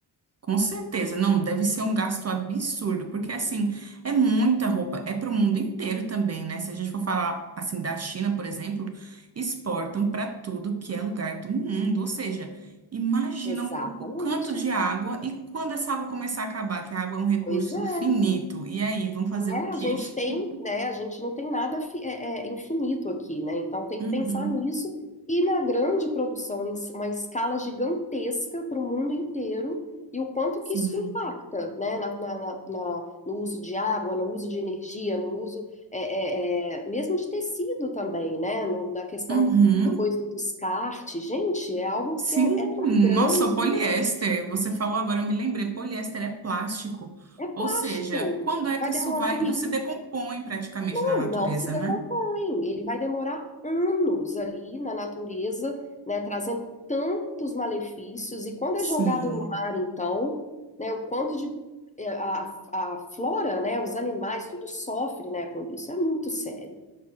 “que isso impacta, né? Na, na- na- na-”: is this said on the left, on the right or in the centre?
Left